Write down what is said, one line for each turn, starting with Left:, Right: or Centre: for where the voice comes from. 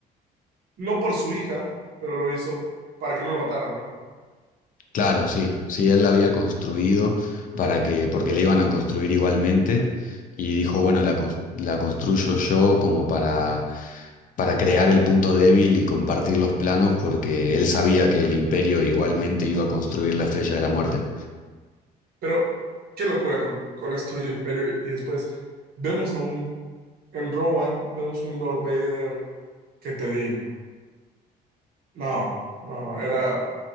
Right: no por su hija, pero lo hizo para que no lo mataran, ¿no?
Left: Claro, sí, sí, él la había construido para que, porque la iban a construir igualmente, y dijo, bueno, la, cons- la construyo yo como para, para crear el punto débil y compartir los planos, porque él sabía que el imperio igualmente iba a construir la Estrella de la Muerte.
Right: Pero qué locura con, con esto del imperio. Y después vemos a un, en Rowan, vemos un Lord Vader, ¿qué te digo? No, no, era,